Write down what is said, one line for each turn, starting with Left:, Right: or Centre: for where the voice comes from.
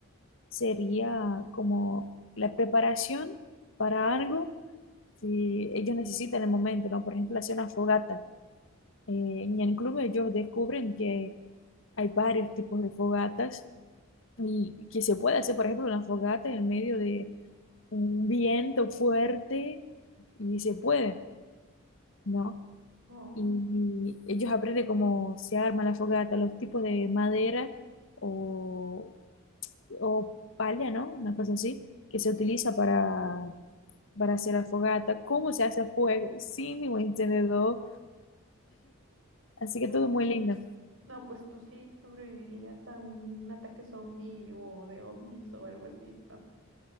Left: Sería como la preparación para algo que ellos necesitan en el momento, ¿no? Por ejemplo, hacer una fogata. Eh, en el club ellos descubren que hay varios tipos de fogatas y que se puede hacer, por ejemplo, una fogata en medio de un viento fuerte y se puede, ¿no?
Right: Oh,
Left: Y, y ellos aprenden cómo se arma la fogata, los tipos de madera o, o palla, ¿no? Una cosa así, que se utiliza para, para hacer la fogata, cómo se hace fuego sin ningún encendedor Así que
Right: no,
Left: todo muy lindo.
Right: no, pues tú sí sobrevivirías a un ataque zombie o de ovnis o algo así, ¿no?